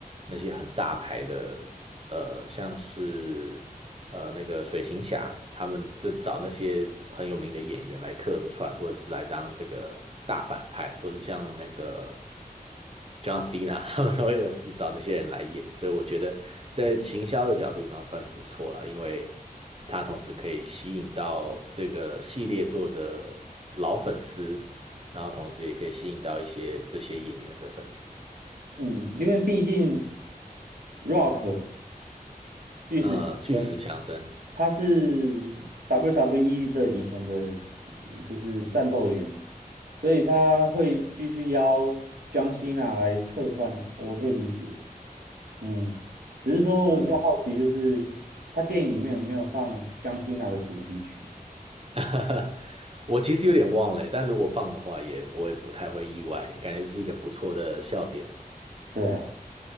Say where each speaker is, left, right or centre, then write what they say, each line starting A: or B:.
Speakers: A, on the right (about 40°); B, on the right (about 75°).
A: 那些很大牌的。呃，像是呃那个水行侠，他们就找那些很有名的演员来客串，或者是来当这个大反派，或者像那个 John Cena，<laughs> 他们都会有找那些人来演，所以我觉得在行销的角度上算是不错了，因为他同时可以吸引到这个系列做的老粉丝，然后同时也可以吸引到一些这些演员的粉丝，
B: 嗯，因为毕竟 Rock 巨石强森
A: 呃，巨石强森，
B: 他是 WWE 的以前的，嗯就是战斗员，所以他会继续邀 John n a 来客串，我可以理解。嗯，只是说我比较好奇，
A: 嗯。
B: 就是他电影里面有没有放江心娜的主题曲？
A: <laughs> 我其实有点忘了，但如果放的话也，我也不太会意外，感觉是一个不错的笑点嘛。
B: 对啊，